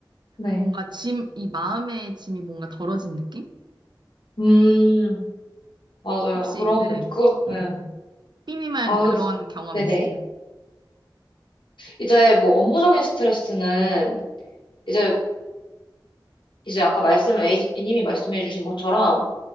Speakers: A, on the left; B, on the right.
A: 네.
B: 뭔가 짐, 이 마음의 짐이 뭔가 덜어진 느낌?
A: 음, 맞아요.
B: 혹시,
A: 그럼,
B: 네.
A: 그, 예.
B: 음. 삐님은
A: 아,
B: 그런
A: 근데,
B: 경험
A: 네네.
B: 있으세요?
A: 이제 뭐 업무적인 스트레스는 이제 이제 아까 말씀, A, A님이 말씀해 주신 것처럼,